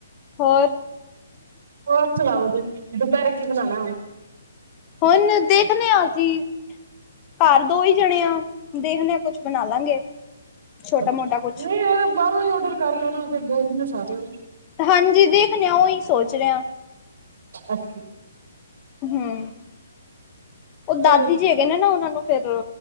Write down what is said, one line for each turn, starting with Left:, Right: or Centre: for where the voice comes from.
Left: ਹੋਰ?
Right: ਹੋਰ ਸੁਣਾਓ ਜੀ, ਦੁਪਹਿਰੇ ਕੀ ਬਣਾਣਾ ਹੁਣ?
Left: ਹੁਨ, ਦੇਖਨੇ ਆ ਅਸੀ। ਘਰ ਦੋ ਈ ਜਣੇ ਆ, ਦੇਖਦੇ ਆਂ ਕੁਛ ਬਣਾ ਲਾਂਗੇ। ਛੋਟਾ-ਮੋਟਾ
Right: ਅੱਛਾ,
Left: ਕੁਛ।
Right: ਨਹੀਂ ਓ ਬਾਹਰੋਂ ਈ ਔਡਰ ਕਰ ਲੈਣਾ, ਫਿਰ ਦੋ ਦਿਨ ਏ ਸਾਰੇ।
Left: ਹਾਂਜੀ ਦੇਖਨੇ ਆਂ, ਉਹੀ ਸੋਚਰੇ ਆਂ।
Right: ਅੱਸ
Left: ਹੂੰ,
Right: ਅੱਛਾ
Left: ਉਹ ਦਾਦੀ ਜੀ ਹੈਗੇ ਨੇ ਨਾ, ਉਹਨਾਂ ਨੂੰ ਫਿਰ